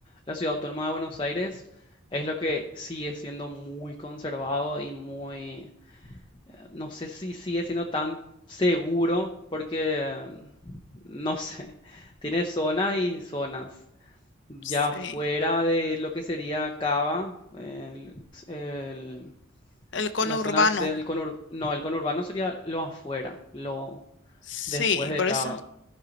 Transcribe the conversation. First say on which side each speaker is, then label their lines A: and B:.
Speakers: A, on the left (about 25°); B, on the left (about 55°).
A: la ciudad autónoma de Buenos Aires, es lo que sigue siendo muy conservado y muy, eh, no sé si sigue siendo tan seguro, porque, eh, no sé, <laughs> tiene zonas y zonas. Ya
B: Sí,
A: fuera de lo que sería Cava, el, el-
B: el conurbano.
A: la zona C, el conur- no, el conurbano sería lo afuera, lo
B: Sí,
A: después de
B: por
A: Cava.
B: eso.